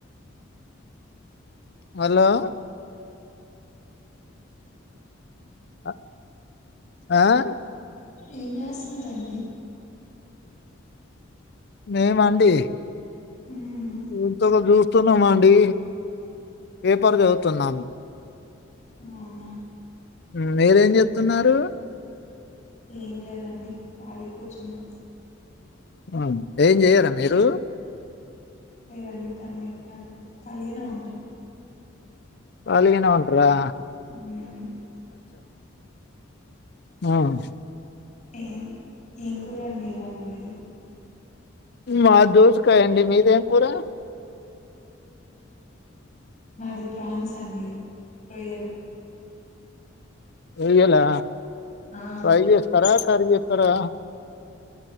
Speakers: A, on the left; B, on the left.
A: మల్లా అ ఆహ్
B: ఏం చేస్తన్నారండి
A: మేమండీ
B: మ్మ్
A: ఇంతోక జూస్తున్నామండ్ డీ పేపర్ చదువుతున్నాము
B: అవునా
A: హ్మ్ మీరేం జేత్తున్నారు
B: ఏమి లేదండి కాలీగ్ కూర్చున్నా
A: హామ్ ఏం చెయ్యారా మీరు
B: లేదండి కన్ని అన్ ఖాళీగానే ఉంటాం
A: కాలిగనే ఉంటారా
B: ఉహ్
A: ఆహ్
B: ఏం ఏం కూరండి ఇవాళ మీది
A: మాద్ దోసకాయండి మీదేం కూర
B: మాది ప్రాన్స్ అండి రొయ్యలు
A: రోయ్యలా
B: ఆ
A: ప్రై జేస్తరా కర్రీ జేత్తారా